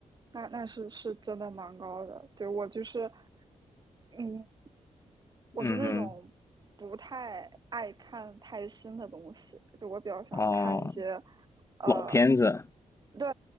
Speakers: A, on the right; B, on the left.
A: 那那是是真的蛮高的。对，我就是。嗯，我是那种不太爱看太新的东西，
B: 嗯哼，
A: 就我比较喜欢看一些，
B: 哦，
A: 呃，
B: 老片子，
A: 对，